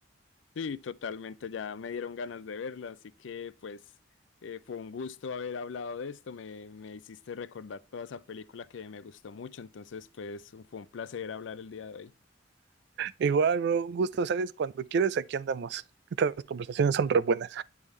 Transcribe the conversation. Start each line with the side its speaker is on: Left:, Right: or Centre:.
Left: Sí, totalmente, ya me dieron ganas de verla, así que pues eh, fue un gusto haber hablado de esto, me, me hiciste recordar toda esa película que me gustó mucho, entonces pues fue un placer hablar el día de hoy.
Right: Igual, bro, un gusto, ¿sabes? Cuando quieres, aquí andamos. Estas conversaciones son re buenas.